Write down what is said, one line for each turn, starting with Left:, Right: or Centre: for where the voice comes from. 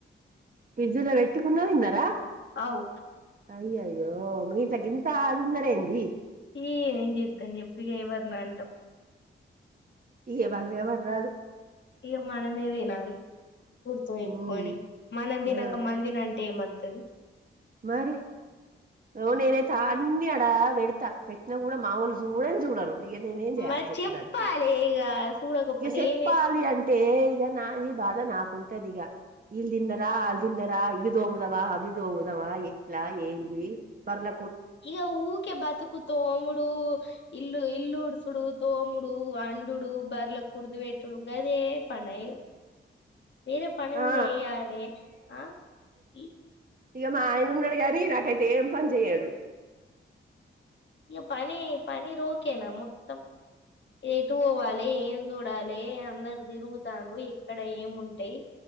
Right: ఫ్రిడ్జ్ ల వెట్టుకున్నా తిన్నారా
Left: అవు
Right: అయ్యాయో మీ గింత అదిన్నర్ ఏంది
Left: ఏ ఏం జెత్తం జెప్పు ఇగ ఎవర్నంటం
Right: ఇగ వాళ్ళెవర్ రారు
Left: ఇక మనమే తినాలె గుర్తు వెట్టుకొని
Right: ఉమ్
Left: మనం తినక
Right: ఆ
Left: మందినంటే ఏమో తది
Right: మరి అగో నేనైతే అన్ని అ న్ల వెడతా పెట్నగుడా మావోలు చూడన్ చూడరు ఇగ నేనేం చేయాలి
Left: మరి
Right: చెప్పు
Left: చెప్పాలి
Right: దానికి
Left: ఇగ చూడకపోతే
Right: ఇగ సెప్పాలి
Left: ఏం చేస్తాం
Right: అంటే ఇగ నా ఈ బాధ నాకుంటదిగ ఇల్ దింనరా అల్ దింనరా ఇవి దోముదమా అవి దోము దామ ఎట్లా ఏందీ పర్ల
Left: ఇగో ఊకే బతుకు తోముడు ఇల్ ఇల్లుడ్సుడు తోముడు వండుడు బర్లక్ కుడుదు వేట్టుడు గదే పన ఇగ వేరే పని గుడ
Right: ఆ
Left: ఏయ్యాలె ఆహ్ ఉ
Right: ఇగ మా ఆయన ఉన్నాడు గాని నాకైతే ఏం పని చెయడు
Left: ఇగ పని పని రోకేనా మొత్తం ఎటు పోవలె ఏం జూడాలే అందరు తిరుగుతానరు ఎక్కడ ఏం ఉంటాయి